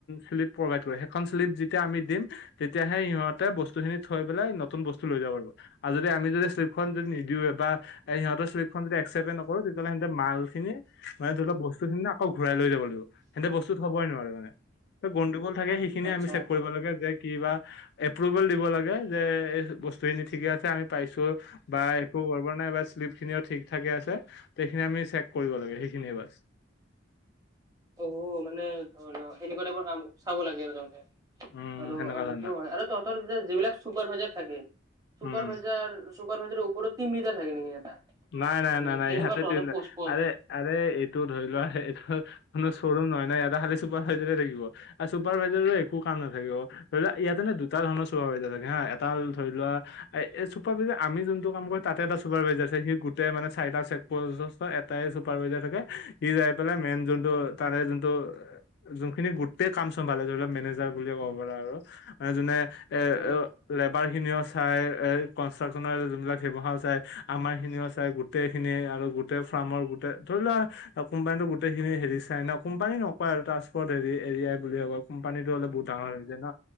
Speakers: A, on the left; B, on the right.
A: শ্লিপ প্ৰভাই কৰে সেখন শ্লিপ যেতিয়া আমি দিম তেতিয়াাহে সিহঁতে বস্তু থৈ পেলাই নতুন বস্তু লৈ যাব পাৰিব আৰু যদি আমি যদি শ্লিপখন যদি নিদিওঁওে বা এ সিহঁতৰ শ্লিপ সেই খন যদি একচেপে নকৰো তেতিয়াহ'লে মাল খিনি মানে ধৰি লও বস্তখিনি আকৌ ঘূৰাই লৈ যাব লাগিব হেতে বস্তু থবই নোৱাৰে মানে। গণ্ডুগোল থাকে সেইখিনিয়ে
B: আচ্ছা
A: আমি চেক
B: আচ্ছা।
A: কৰিব লাগে যে কিবা এপ্ৰোভেল দিব লাগে যে এই বস্তুখিনি ঠিকে আছে আমি পাইছো বা একো কৰিব নাইবা শ্লিপ খিনি ঠিক থাকে আছে সেইখিনি আমি চেক কৰিব লাগে সেইখিনিয়ে বাছ।
B: অ মানে ধৰি লও এনেকুৱা টাইবৰ কাম চাব লাগে আৰু তহতে
A: উম
B: আৰু
A: সেনেকা
B: সেইটো
A: ধৰণৰ
B: হয় আৰু তহতৰ যিবিলাক চুপাৰ ভাইজাৰ থাকে চুপাৰ
A: উম
B: ভাইজাৰ। চুপাৰ বেজাৰ ওপৰত তিমৃতাৰ থাকে নেকি এটা।
A: নাই নাই
B: মানে
A: নাই নাই
B: কেনেকুৱা
A: ইয়াতে
B: তহঁতৰ
A: তিনি
B: পোষ্ট পৰ
A: আৰে আৰে এইটো ধৰি লোৱা এইটো,,, কোনো শ্বৰুম নহ নাই ইটা খালী চুপাৰ ভাইজাৰে থাকিব আৰু চুপাৰ ভাইজাৰো একো কাম নাথাকিব। ধৰি লোৱা ইয়াতে নে দুটা ধৰণৰ চোপ্ৰাই বাজা থাকে হা এটা ধৰি লোৱা,,,, এ এই চুপাৰ বাইজাৰ আমি যোনটো কাম কৰিম তাতে এটা চুপাৰ বাইজাৰ আছে সি গোটেই মানে চাৰিটা চেক প্ৰযষ্ট এ- তাই চুপাৰভাইজাৰ থাকে সি যাই পেলাই মেইন যোনটো তাৰে যোনটো- যোনখিনি গোটেই কাম চম্ভালে ধৰি লওক মেনেজাৰ বুলিয়েই ক'ব পাৰা আৰু মানে যোনে- এ
B: উম,
A: লেবাৰ খিনিও চাই এ কনষ্ট্ৰাকচনৰ যোনবিলাক সেইবহাৰ চাই। আমাৰ খিনিও আছে গোটেইখিনি আৰু গোটেই ফাৰ্মৰ গোটেই ধৰি লোৱা- আৰু কোম্পানীটো গোটেইিন হেৰি চাই ন কোম্পানী নকোৱা আৰু ট্ৰান্সপ'ৰ্ট হেৰি এৰিয়াই বুলি কয়। কোম্পানীটো হ'লে বহুত ডাঙৰ হৈ য ন